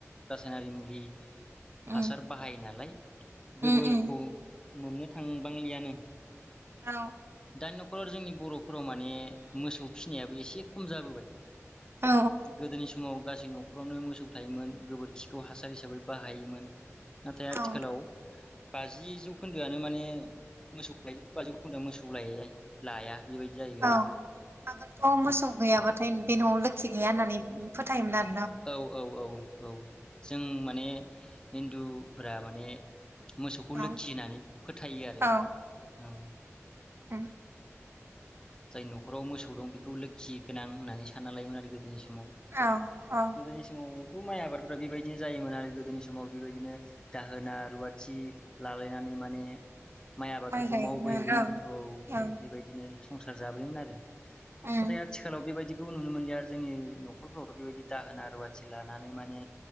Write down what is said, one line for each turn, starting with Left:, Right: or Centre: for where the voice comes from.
Left: रासायनारि मुलि
Right: उम
Left: हासार बाहायो नालाय गोबोरखौ
Right: उम उम
Left: मोननो थांबांलियानो
Right: औ
Left: दानि न'खराव जोंनि बरफ हराव माने मोसौ फिसिनायाबो एसे खम जाबोबाय
Right: औ
Left: गोदोनि समाव गासै न'खरावनो मोसौ थौ थायोमोन गोबोरखिखौ हासार हिसाबै बाहायोमोन नाथाय आथिखालाव
Right: औ
Left: बाजि जौ खोन्दोआनो माने मोसौ लायो बाजि जौ खोन्दोआनो मोसौ लायै लाया बेबायदि जाहैबाय
Right: औ
Left: आरो
Right: आगोलथ' मोसौ गैयाबाथाय बे न'आव लोखि गैया होननानै फोथायोमोन आरो
Left: औ औ औ औ जों माने हिन्दुफोरा माने मोसौखौ
Right: औ
Left: लोखि होननानै फोथायो आरो
Right: औ
Left: औ
Right: उम
Left: जाय न'खराव मोसौ दं बेखौ लोखि गोनां होननानै सानना लायोमोन आरो गोदोनि स माव
Right: औ औ
Left: गोदोनि समाव माइ आबादफ्रा बेबायदिनो जायोमोन आरो गोदोनि समाव बेबायदिनो दाहोना रुवाथि लालायनानै माने माइ आबादफोरखौ
Right: गायोमोन
Left: मावबोयोमोन
Right: ओं
Left: औ
Right: ओं
Left: बेबायदिनो संसार जाबोयमोन आरो
Right: उम
Left: नाथाय आथिखालाव बेबायदि बेखौ नुनो मोनलिया जोंनि न'खरफ्रावथ' बेबायदि दाहोना रुवाथि लानानै माने